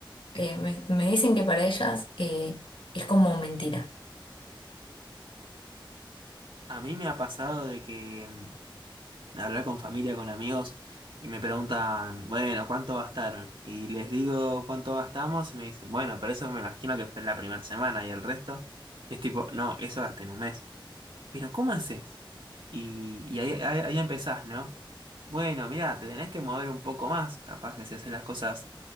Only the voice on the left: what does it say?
eh, me, me dicen que para ellas eh, es como mentira.